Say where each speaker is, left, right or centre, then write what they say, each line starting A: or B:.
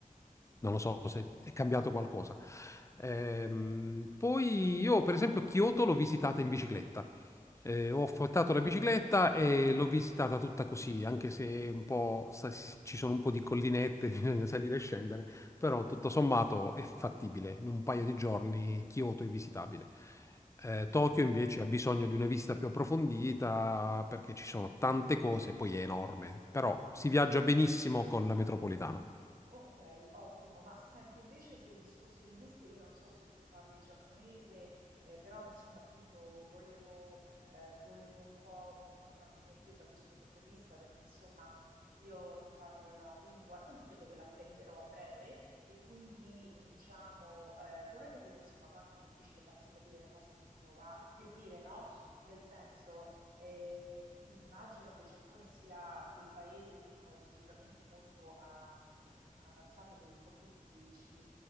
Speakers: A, on the left (about 20°); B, on the right (about 80°).
A: non lo so se è cambiato qualcosa. Ehm,
B: Ho capito.
A: poi io, per esempio, Kyoto l'ho visitata in bicicletta. Eh, ho affittato
B: Ma pensate
A: la bicicletta
B: che bello.
A: e l'ho visitata tutta così, anche se un po', sa- si- ci sono un po' di collinette, <laughs> bisogna salire e scendere, però tutto sommato è fattibile. In un paio di giorni Kyoto è visitabile. Eh,
B: Ho
A: Tokyo
B: capito.
A: invece ha bisogno di una visita più approfondita perché ci sono tante cose, poi è enorme, però si viaggia benissimo con la metropolitana.
B: Ok, ottimo. Ma senti, invece per il discorso linguistico, io non so se tu parli il giapponese, eh, però insomma, appunto, volevo, eh, volevo un po' confrontarmi con te da questo punto di vista, perché insomma, io non parlo la lingua, non credo che l'apprenderò a breve, e quindi diciamo, eh, vorrei capire insomma quanto è difficile farsi capire nei posti in cui uno va, per dire, no? Nel senso, eh, immagino che il Giappone sia quel paese tecnologicamente molto ah, avanzato che un po' tutti ci,